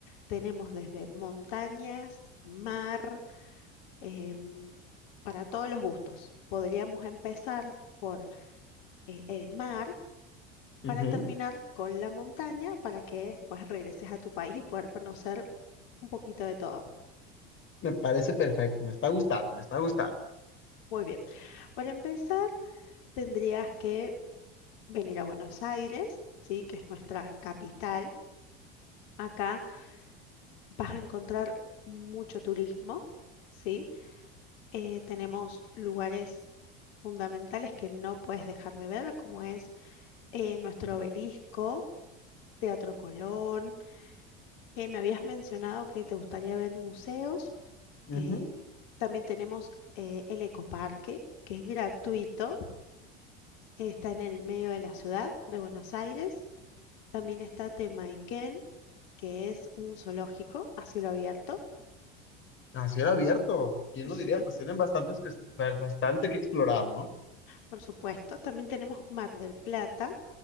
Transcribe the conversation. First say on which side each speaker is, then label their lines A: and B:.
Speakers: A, on the left (about 70°); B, on the left (about 40°).
A: Tenemos desde montañas, mar, em, para todos los gustos. Podríamos empezar por eh, el mar para
B: Ujú.
A: terminar con la montaña para que después regreses a tu país y poder conocer un poquito de todo.
B: Me parece perfecto, me está gustando, me está gustando.
A: Muy bien. Para empezar, tendrías que venir a Buenos Aires, ¿sí? Que es nuestra capital. Acá vas a encontrar mucho turismo, ¿sí? Eh, tenemos lugares fundamentales que no puedes dejar de ver, como es eh, nuestro obelisco, Teatro Colón. Eh, me habías mencionado que te gustaría ver museos.
B: Ujú.
A: eh, también tenemos eh, el Ecoparque, que es gratuito, está en el medio de la ciudad de Buenos Aires. También está Temaiken, que es un zoológico a cielo abierto.
B: A cielo abierto, ¿quién
A: Sí.
B: lo diría? Pues tienen bastantes que, bastante que explorar, ¿no?
A: Por supuesto, también tenemos Mar del Plata